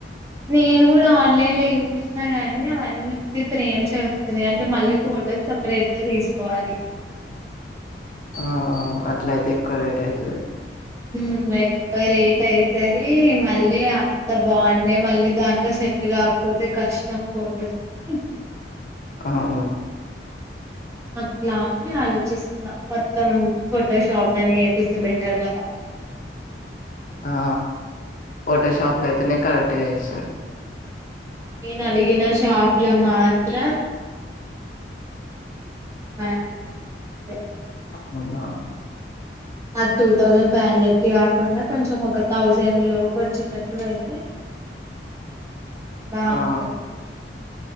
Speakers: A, on the right; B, on the left.
A: నేను కూడా ఆన్లైన్ లో చూసినా గానీ అవన్నీ ఒట్టి ప్రేమ్స్ వస్తున్నాయి అంటే మళ్ళీ ఫోటోస్ సపరేట్ గా తీసుకోవాలి
B: ఆ అట్ల అయితే ఎక్కువ రేట్ అవుతాది.
A: ఉమ్, ఎక్కువ రేట్ మళ్ళీ అంత బాగుండె మళ్ళీ దాంట్లో సెట్గా కాకపోతే కష్టం. ఇస్తాం ఫోటోస్ అని
B: అవును
A: అట్లా అని ఆలోచిస్తున్నా మొత్తం ఫోటోషాప్ లోనే చేపిస్తే బెటర్ కదా <unintelligible>
B: ఆ ఫోటో షాప్ లో అయితేనే కరెక్ట్ గా చేస్తారు
A: నేను అడిగిన షాప్ లో మాత్రం <unintelligible>
B: మొన్నా
A: నాకు టూ థౌజండ్ ఫైవ్ హండ్రెడ్ కి కాకుండా కొంచెం ఒక థౌజండ్ లోపు వచ్చేటట్టుగా అయితే బాగుంటది
B: ఆ